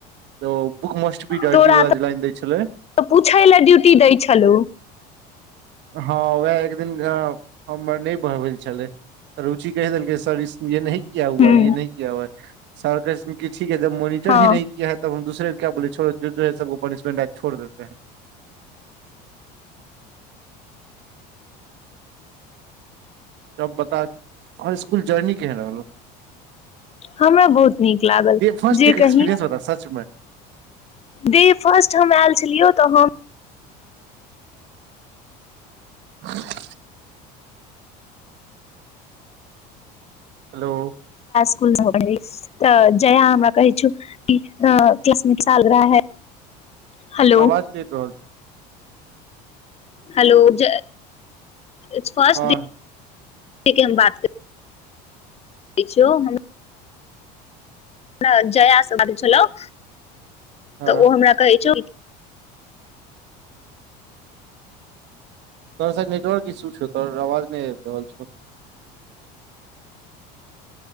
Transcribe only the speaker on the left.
तोरा
तऽ
पूछय लेलए ड्यूटी देय छलहु
हूँ
हँ
हमरा बहुत नीक लागल
जे
कही
डे फर्स्ट हम आयल छलियौ तऽ हम
इसकुलमे पढ़ी तऽ जया हमरा कहै छौ कि क्लसमिक साल रह है हेलो
hello Jai it's first
the ठीक ह हम बात कर बेचो ह हम जयास से बाज छलहु
तऽ ओ हमरा कहै छौ